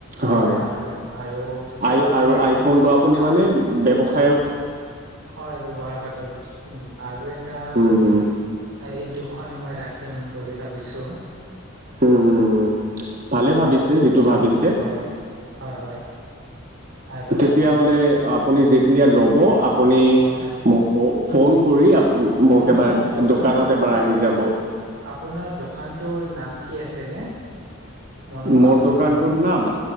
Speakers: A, on the right; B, on the right.
A: হয়
B: ব্যৱহাৰ কৰিম আৰু চিম
A: আই
B: মানে
A: আৰু আইফোনটো আপুনি
B: আৰু
A: মানে ব্যৱসায়
B: হয় ব্যৱসায় ক্ষেত্ৰত। আৰু এটা
A: হুম হুম
B: এই দুখনে মই ৰাখিম বুলি ভাবিছো।
A: উম হম হম ভালে ভাবিছে
B: আৰু
A: যিটো ভাবিছে।
B: হয় হয় হয় আৰু
A: তেতিয় হ'লে আপুনি যেতিয়া ল'ব আপ। আপনি
B: ল'ম
A: মোক ফোন কৰি
B: আপ আপোনাৰ
A: মোক এবাৰ
B: দোকানৰ
A: দোকানত এবাৰ আহি যাব।
B: আপোনাৰ দোকানটোৰ নাম কি আছিলে? মনত পাহৰি
A: মোৰ দোকানটোৰ
B: গলো মই
A: নাম?